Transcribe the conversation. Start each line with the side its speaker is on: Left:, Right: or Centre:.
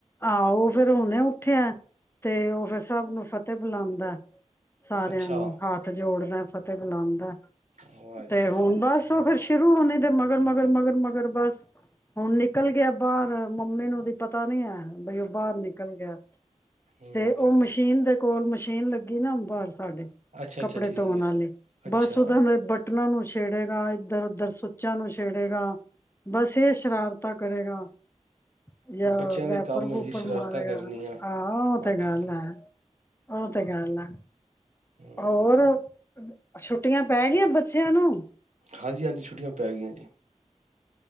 Left: ਆਹੋ ਉਹ ਫੇਰ ਹੁਣੇ ਉੱਠਿਆ ਤੇ ਉਹ ਫੇਰ ਸਭ ਨੂੰ ਫਤਿਹ ਬੁਲਾਉਂਦਾ। ਸਾਰਿਆਂ
Right: ਅੱਛਾ
Left: ਨੂੰ ਹਾਥ ਜੋੜਦਾ ਫਤਿਹ ਬੁਲਾਉਂਦਾ।
Right: ਵਾਹ ਜੀ
Left: ਤੇ
Right: ਵਾਹ
Left: ਹੁਣ ਬਸ ਫਿਰ ਸ਼ੁਰੂ ਹੋਣੇ ਦੇ ਮਗਰ ਮਗਰ ਮਗਰ ਮਗਰ ਬਸ ਹੁਣ ਨਿਕਲ ਗਿਆ, ਬਾਹਰ ਮੰਮੀ ਨੂੰ ਉਹਦਾ ਪਤਾ ਨੀ ਹੈ। ਬਈ ਉਹ ਬਾਹਰ ਨਿਕਲ ਗਿਆ
Right: ਹਮ
Left: ਤੇ ਉਹ ਮਸ਼ੀਨ ਦੇ ਕੋਲ ਮਸ਼ੀਨ ਲੱਗੀ ਨਾ ਬਸ ਸਾਡੇ
Right: ਅੱਛਾ
Left: ਕੱਪੜੇ
Right: ਅੱਛਾ ਠੀਕ
Left: ਧੋਣ
Right: ਹੈ
Left: ਵਾਲੇ
Right: ਅੱਛਾ
Left: ਬਸ ਉਹਦਾ ਊਨਾਨੂ ਛੇੜੇਗਾ, ਇੱਧਰ ਉਧਰ ਸੁੱਚਾਂ ਨੂੰ ਛੇੜੇਗਾ। ਬਸ ਇਹ ਸ਼ਰਾਰਤਾ ਕਰੇਗਾ ਜਾਂ
Right: ਬੱਚਿਆਂ ਦੇ ਕੰਮ
Left: ਵਾਏਪਰ ਵੂਪਰ
Right: ਹੈ ਜੀ ਸ਼ਰਾਰਤਾਂ
Left: ਮਾਰੇਗਾ,
Right: ਕਰਨੀਆਂ
Left: ਆਹ ਉਹ
Right: ਹਾਂਜੀ
Left: ਤੇ ਗੱਲ ਹੈ। ਔ ਤੇ ਗੱਲ ਐ
Right: ਹਮ
Left: ਹੋਰ ਅੱਛਾ ਛੁਟੀਆਂ ਪੈ ਗਈਆਂ ਬੱਚਿਆਂ ਨੂੰ।
Right: ਹਾਂਜੀ-ਹਾਂਜੀ ਛੁੱਟੀਆਂ ਪੈ ਗਈਆਂ ਨੇ।